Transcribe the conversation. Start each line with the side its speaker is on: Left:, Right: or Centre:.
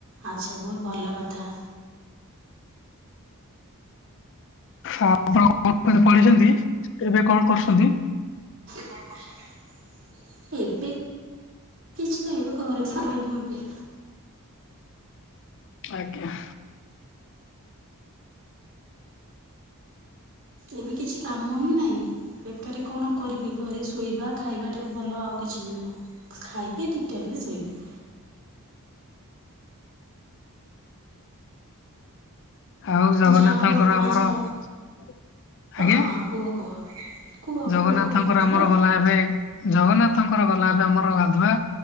Right: ଆଚ୍ଛା ବହୁତ ଭଲ କଥା।
Left: ଆପଣ କଣ କେତେ ପଢ଼ିଛନ୍ତି ଏବେ କଣ କରୁଛନ୍ତି?
Right: କଣ କରୁଛନ୍ତି? <unintelligible> ଏବେ କିଛି ନାହିଁ ଏବେ ଘରେ ପା-ଖ ରହିବୁ ଏବେ।
Left: ଆଜ୍ଞା।
Right: ଏବେ କିଛି କାମ ହିଁ ନାହିଁ। ବେକାରୀ କଣ କରିବି ଘରେ ଶୋଇବା ଖାଇବା ଟା ଭଲ ଆଉ କିଛି ବି ନୁହଁ। ଖାଇବି ଠିକ୍ ଟାଇମରେ ଶୋଇବି।
Left: ଆଉ ଜଗନ୍ନାଥଙ୍କର
Right: ଯାହା ହଉ ଆପଣ
Left: ଆମର
Right: ଆଜି ପ
Left: ଆଜ୍ଞା।
Right: ହଁ କୁହ କୁହ କୁହ
Left: ଜଗନ୍ନାଥଙ୍କର
Right: କୁହ କଣ କହୁଥିଲ?
Left: ଆମର ଗଲା ଏବେ ଜଗନ୍ନାଥଙ୍କର ଗଲା ଏବେ ଆମର ଗାଧୁଆ